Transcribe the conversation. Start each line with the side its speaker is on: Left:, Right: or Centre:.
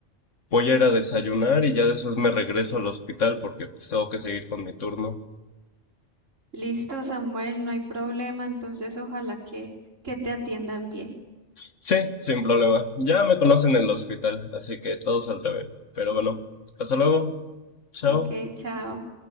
Left: Voy a ir a desayunar y ya después me regreso al hospital porque pues, tengo que seguir con mi turno.
Right: Listo, Samuel, no hay problema. Entonces, ojalá que, que te atiendan bien.
Left: Sí, sin problema. Ya me conocen en el hospital, así que todo saldrá bien. Pero bueno, hasta luego. Chao.
Right: Ok, chao.